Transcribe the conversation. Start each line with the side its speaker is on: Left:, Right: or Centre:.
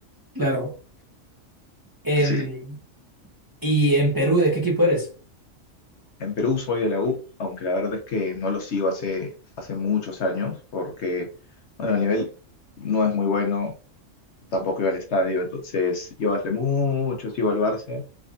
Right: claro. Em,
Left: Sí,
Right: ¿y en Perú, de qué equipo eres?
Left: en Perú soy de la U, aunque la verdad es que no lo sigo hace, hace muchos años porque, bueno, el nivel no es muy bueno, tampoco iba al estadio, entonces yo hace mucho sigo al Barça